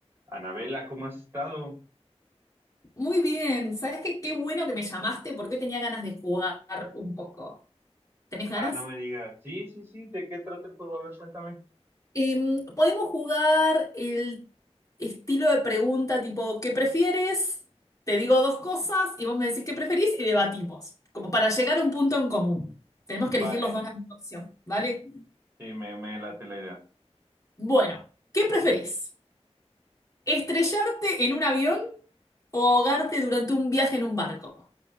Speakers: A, on the right; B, on the left.
A: Anabela, ¿cómo has estado?
B: Muy bien, ¿sabes qué? Qué bueno que me llamaste porque hoy tenía ganas de jugar un poco. ¿Tenés ganas?
A: Ah, no me digas. Sí, sí, sí, ¿de qué trata el juego? A ver, cuéntame.
B: Em, podemos jugar el estilo de pregunta tipo, ¿qué prefieres? Te digo dos cosas y vos me decís qué preferís y debatimos, como para llegar a un punto en común. Tenemos que
A: Vale,
B: elegir los dos la misma opción, ¿vale?
A: sí, me, me late la idea.
B: Bueno, ¿qué preferís? ¿Estrellarte en un avión o ahogarte durante un viaje en un barco?